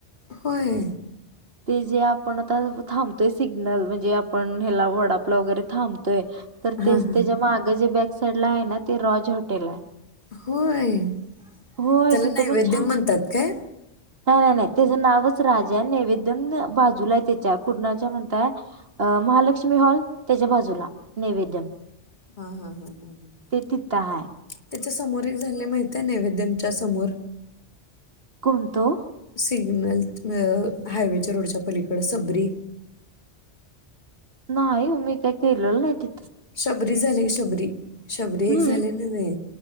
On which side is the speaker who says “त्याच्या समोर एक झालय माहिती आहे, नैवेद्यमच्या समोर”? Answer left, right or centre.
Left